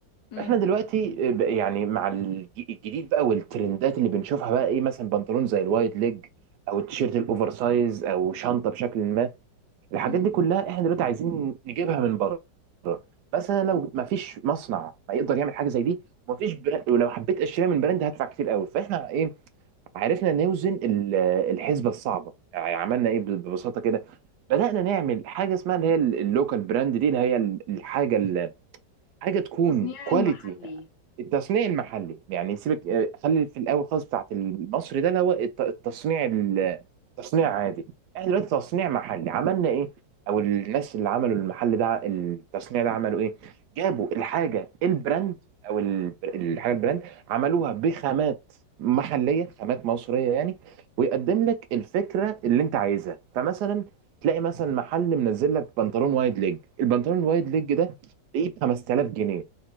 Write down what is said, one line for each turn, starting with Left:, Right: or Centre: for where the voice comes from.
Left: امم
Right: احنا دلوقتي ب- يعني مع الج- الجديد بقى والترندات اللي بنشوفها بقى ايه مثلا بنطلون زي الوايد ليج او التيشيرت الاوفر سايز او شنطه بشكل ما الحاجات
Left: امم
Right: دي كلها احنا دلوقتي عايزين نجيبها من بره مثلا لو ما فيش مصنع ما يقدر يعمل حاجه زي دي وما فيش براند ولو حبيت اشتريها من براند هدفع كتير قوي فاحنا ايه عرفنا نوزن ال- الحسبه الصعبه يعني عملنا ايه ببساطه كده بدأنا نعمل حاجه اسمها اللي هي اللوكال براند دي اللي هي الحاجه حاجه تكون
Left: التصنيع
Right: كواليتي
Left: المحلي
Right: التصنيع المحلي يعني سيبك آه، خلي في الاول خالص بتاعت المصري ده اللي هو الت- التصنيع ال- التصنيع عادي احنا دلوقتي تصنيع محلي عملنا ايه او الناس اللي عملوا المحل ده التصنيع ده عملوا ايه جابوا الحاجه البراند او ال- الحاجه البراند عملوها بخامات محليه خامات مصريه يعني ويقدم لك الفكره اللي انت عايزها فمثلا تلاقي مثلا محل منزل لك بنطلون وايد ليج البنطلون الوايد ليج ده ايه ب 5000 جنيه